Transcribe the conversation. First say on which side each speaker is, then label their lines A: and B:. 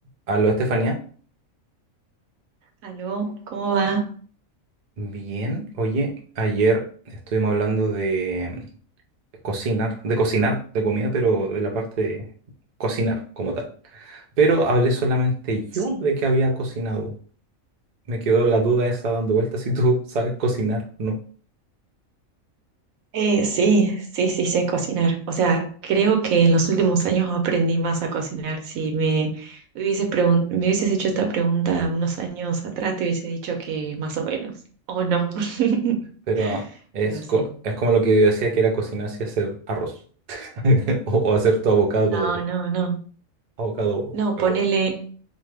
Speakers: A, on the right; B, on the right.
A: Aló, Estefanía.
B: ¿Aló? ¿Cómo va?
A: Bien, oye, ayer estuvimos hablando de mm, cocinar, de cocinar, de comida, pero de la parte de cocinar como tal. Pero hablé solamente yo
B: Sí.
A: de que había cocinado. Me quedó la duda esa dando vueltas si tú <laughs> sabes cocinar, no.
B: Eh, sí, sí, sí sé cocinar. O sea, creo que en los últimos años aprendí más a cocinar. Si me hubieses pregun- me hubieses hecho esta pregunta unos años atrás, te hubiese dicho que más o menos. O no. <laughs>
A: Pero es,
B: Pero
A: co-
B: sí.
A: es como lo que yo decía que era cocinar si hacer arroz <laughs> o, o hacer tu avocado,
B: No, no, no.
A: avocado,
B: No,
A: huevo,
B: ponele